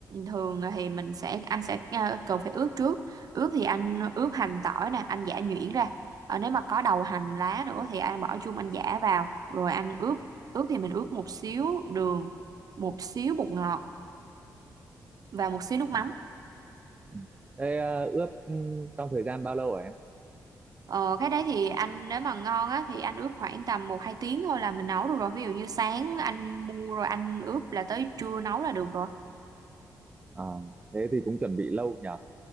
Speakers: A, on the right; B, on the right.
A: thường thì mình sẽ anh sẽ ờ, cần phải ướp trước. Ướp thì anh ướp hành tỏi nè, anh giã nhuyễn ra. Ờ, nếu mà có đầu hành lá nữa thì anh bỏ chung anh giã vào rồi anh ướp. Ướp thì mình ướp một xíu đường, một xíu bột ngọt và một xíu nước
B: Ừ.
A: mắm.
B: ừ. thế ờ, ướp ừ, trong thời gian bao lâu hả em
A: Ờ, cái đấy thì anh nếu mà ngon á thì anh ướp khoảng tầm một 2 tiếng thôi là mình nấu được rồi. Ví dụ như sáng
B: à,
A: anh mua rồi anh ướp là tới trưa nấu là được rồi.
B: à, thế thì cũng chuẩn bị lâu nhở